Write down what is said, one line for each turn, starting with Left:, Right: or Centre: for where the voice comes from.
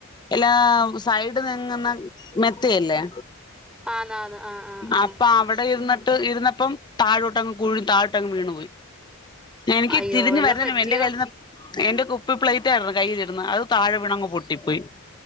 Left: എല്ലാ സൈഡ് നെങ്ങുന്ന മെത്തയല്ലേ.
Centre: ആന്നാന്ന് ആഹ് ആഹ് ആഹ്
Left: അപ്പൊ അവിടെ ഇരുന്നിട്ട്, ഇരുന്നപ്പം താഴോട്ടങ്ങു പൊയ് താഴോട്ടങ് വീണു. എനിക്ക്
Centre: അയ്യോ
Left: തിരിഞ്ഞ്
Centre: വല്ലോം
Left: വരുന്ന
Centre: പറ്റിയോ
Left: എന്റെ കയ്യിൽ നിന്ന് എന്റെ ഇപ്പൊ പ്ലേറ്റ് ആയിരുന്നു കൈയ്യില ഇരുന്ന. അത് താഴെ വീണങ്ങ് പൊട്ടിപ്പോയി